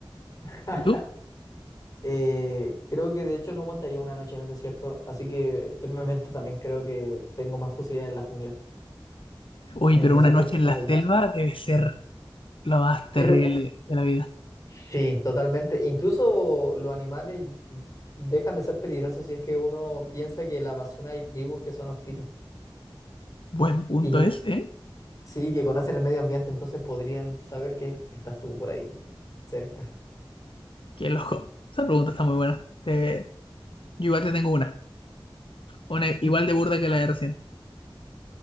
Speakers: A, on the left; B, on the left.
A: <laughs>
B: ¿Y tú?
A: Eh, creo que de hecho no aguantaría una noche en el desierto, así que firmemente también creo que tengo más posibilidades en la jungla.
B: Uy,
A: En
B: pero
A: el desierto
B: una noche
A: está
B: en la selva
A: difícil.
B: debe ser lo más terrible
A: Pero
B: de la vida.
A: sí, totalmente. Incluso los animales dejan de ser peligrosos si es que uno piensa que en la Amazonas hay tribus que son hostiles
B: Buen punto
A: y que
B: es, ¿eh?
A: sí, que conocen el medio ambiente, entonces podrían saber que estás tú por ahí cerca.
B: Qué loco. Esa pregunta está muy buena. Te- Yo igual te tengo una. Una
A: <laughs>
B: igual de burda que la de recién.